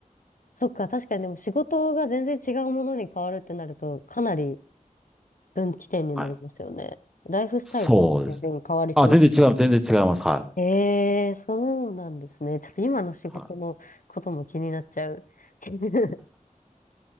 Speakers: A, on the left (about 70°); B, in the centre.
A: そっか、確かにでも仕事が全然違うものに変わるってなると、かなり分岐点になりますよね。
B: はい。
A: ライフスタイルとかも全然変わりそう。
B: そうです。あ、全然違う、全然違います。は
A: ええそうなんですね。ちょっと今の仕事のことも気になっちゃう。
B: い。はい
A: <laughs> え